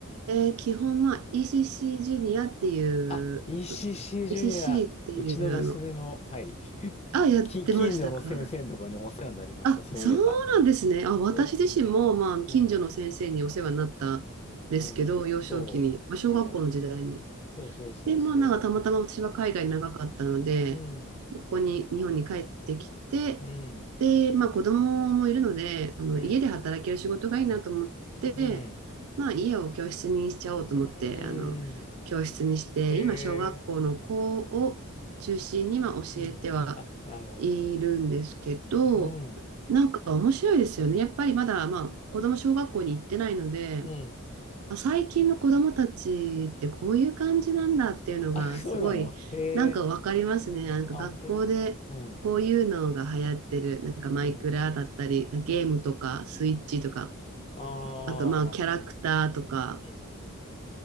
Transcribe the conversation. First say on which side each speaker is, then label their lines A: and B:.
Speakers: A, on the right; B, on the left.
A: えー基本、まあ、ECC ジュニアっていう、
B: あ、ECC ジュニア、
A: ECC っていう、
B: うちの娘も、
A: あの、
B: はい、<laughs>
A: あ、やってましたか
B: き、近所の先生のところにお世話になりました、
A: あ、
B: そういえば。
A: そうなんですね。あ、私自身も、
B: そ
A: まあ、
B: う。
A: 近所の先生にお世話になったんですけど、
B: うん。うん。
A: 幼少期に、
B: そう。
A: まあ、小学校の時代に。
B: うん。そうそうそうそ
A: で、まあなんかたまたま私は海外長かったので、
B: う。うん。
A: ここに日本に帰ってきて、
B: うん。
A: で、まあ子供もいるので、あの家で働ける仕事がいいなと思って、
B: うん。うん。
A: まあ家を教室にしちゃおうと思って、
B: うーん。
A: あの教室にして、
B: え
A: 今小学校の子を中心にまあ教えては
B: ー、うん。あ、なるほ
A: いるんですけど、
B: ど。うん。
A: なんか面白いですよね。やっぱりまだまあ子供小学校に行ってないので、
B: うん。
A: あ、最近の子供たちってこういう感じなんだっていうのがすごいなんかわかりますね。
B: あ、<laughs> そうなのへえ。
A: なんか学校でこういうのが流行ってる。
B: あ、本当に。うん。
A: なんかマイクラだったり、
B: うん。
A: ゲームとかスイッチとか、
B: うん。ああ。
A: あとまあキャラクターとか、
B: うん。